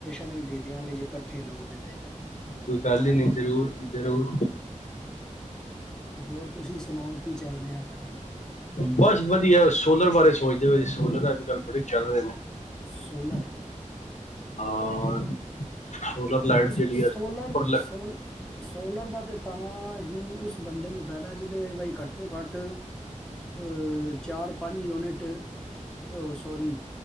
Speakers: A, in the centre; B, on the left (about 65°).
A: ਨਹੀਂ ਦੇ ਦਿਆਂਗੇ ਜੇ ਇਕੱਠੇ ਲੋ ਗਏ ਤੇ
B: ਕੋਈ ਗੱਲ ਹੀ
A: ਹੈਨਾ
B: ਨਹੀਂ ਜ਼ਰੂਰ ਜ਼ਰੂਰ
A: ਹੋਰ ਤੁਸੀਂ ਸੁਣਾਓ ਕੀ ਚੱਲ ਰਿਹਾ ਫਿਰ ਹੁਣ
B: ਬਸ ਵਧੀਆ। ਸੋਲਰ ਬਾਰੇ ਜਿਹੋ ਜੇ ਸੋਲਰ ਅੱਜ ਕੱਲ੍ਹ ਬੜੇ ਚੱਲ ਰਹੇ ਨੇ
A: ਸੋਲਰ
B: ਹਾਂ ਸੋਲਰ ਲਾਈਟ
A: ਪਰ
B: ਜਿਹੜੀ
A: ਸੋਲਰ
B: ਹੈ ਉੱਪਰ
A: ਸੋਲ ਸੋਲਰ ਦਾ ਤਾਂ ਹੀ ਉਸ ਬੰਦੇ ਨੂੰ ਫਾਇਦਾ ਜਿਹਦੇ ਬਾਈ ਘੱਟੋ ਘੱਟ ਅਹ ਚਾਰ ਪੰਜ ਯੂਨਿਟ ਅਹ ਸੋਰੀ